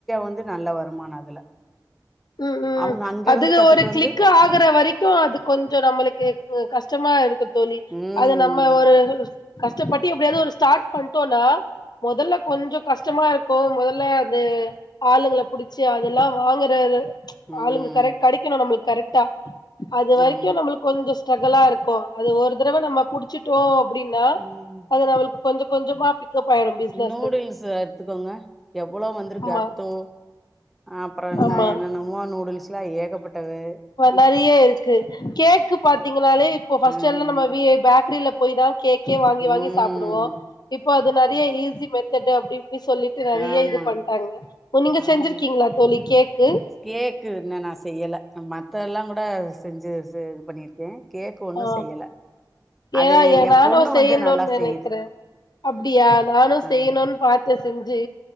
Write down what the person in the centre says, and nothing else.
வந்து நல்ல வருமான அதுல
அவுங்க அங்க
இருந்து கத்துட்டு
வந்து
ம்
ம்
ஆமா
ம்
நூடுல்ஸ் எடுத்துக்கோங்க எவ்வளவ் வந்திருக்கு
அத்தோ அப்புற என்ன
என்னன்னமோ நூடுல்ஸ் ல்லாம் ஏகப்பட்டது
ம்
ம்
ஆமா
ஆம்
கேக்கு இன்னு நா செய்யல மத்தெல்லா கூட செஞ்சு இது பண்ணிருக்கே கேக்கு ஒண்ணு
செய்யல அது
எ
பொண்ணு
வந்து நல்லா
செய்யுது
ஆ